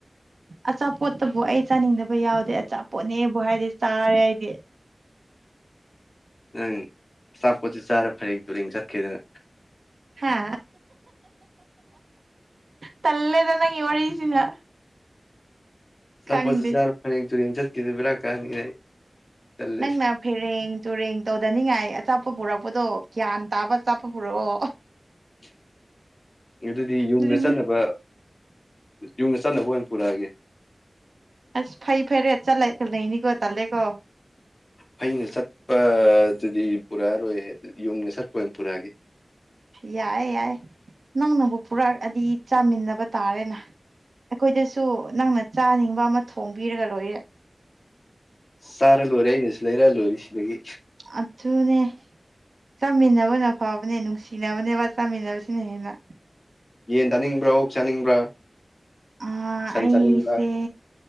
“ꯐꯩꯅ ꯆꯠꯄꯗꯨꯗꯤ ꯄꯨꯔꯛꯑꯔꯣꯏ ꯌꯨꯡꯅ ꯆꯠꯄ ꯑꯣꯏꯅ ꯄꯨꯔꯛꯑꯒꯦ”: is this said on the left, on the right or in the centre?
Left